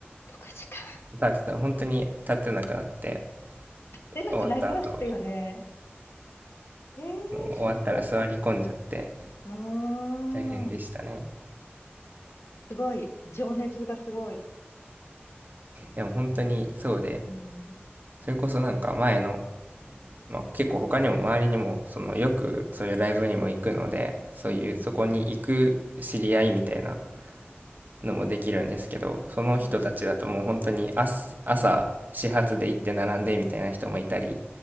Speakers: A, on the left; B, on the right.
A: 6時間
B: 経ってた、本当に立ってなくなって、
A: 出なくなりますよね。
B: 終わった後、
A: ええすご。
B: もう終わったら座り込んじゃって、
A: ああ、
B: 大変でしたね。
A: すごい。情熱がすごい。
B: でも本当にそうで、
A: うん、
B: それこそなんか前の、まあ、結構他にも周りにも、そのよくそういうライブにも行くので、そういう、
A: うん。
B: そこに行く知り合いみたいなのもできるんですけど、その人たちだともう本当に朝、
A: はい。
B: 朝始発で行って並んでみたいな人もいたり